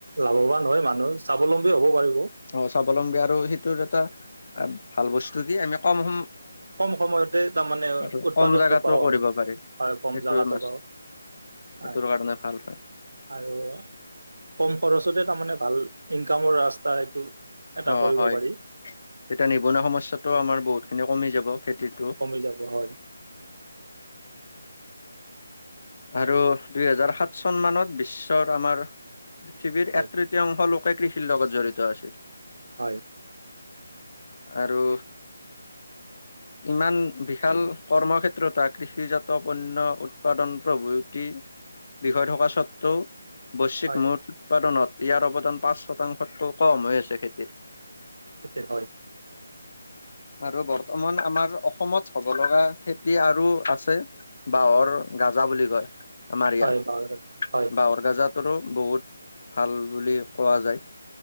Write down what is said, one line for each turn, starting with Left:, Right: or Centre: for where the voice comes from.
Right: লাভৱান হয় মানুহ স্বাৱলম্বী হ'ব পাৰে
Left: অ, স্বাৱলম্বী, আৰু সেইটোৰ এটা ভাল বস্তু কি আমি কম সম
Right: কম সময়তে তাৰমানে
Left: আৰু
Right: উৎপাদনটো
Left: কম জাগাতো
Right: পাও
Left: কৰিব
Right: আমি। হয়,
Left: পাৰি
Right: কম
Left: সেইটো
Right: জাগাটো
Left: মাছ
Right: বাৰু।
Left: সেইটোৰ
Right: হয়,
Left: কাৰণে ভাল হয়
Right: আৰু, কম খৰচতে তাৰমানে ভাল ইনকামৰ ৰাস্তা এইটো। এটা
Left: অ',
Right: কৰিব
Left: হয়,
Right: পাৰি
Left: তেতিয়া নিবনুৱা সমস্যাটো আমাৰ বহুতখিনি কমি যাব। খেতিটো
Right: কমি যাব হয়।
Left: আৰু দুই হাজাৰ সাত চন মানত বিশ্বৰ আমাৰ পৃথিৱীৰ
Right: হয়
Left: এক তৃতীয়াংশ লোকেই কৃষিৰ লগত জড়িত আছিল।
Right: হয়।
Left: আৰু ইমান বিশাল কৰ্মক্ষেত্ৰতা, কৃষিজাত পণ্য উৎপাদন প্ৰভূতিৰ বিষয় থকা স্বত্বেও, বৈশ্বিক
Right: হয়
Left: মুঠ উৎপাদনত ইয়াৰ অৱদান পাঁচ শতাংশতকৈ কম হৈ আছে খেতিৰ।
Right: <unintelligible> হয়,
Left: আৰু বৰ্তমান আমাৰ অসমত হব লগা খেতি আৰু আছে। বাঁহৰ গাজা বুলি কয়, আমাৰ ইয়াত,
Right: হয় হয়
Left: বাঁহৰ গাজাত টোৰো বহুত ভাল বুলি কোৱা যায়।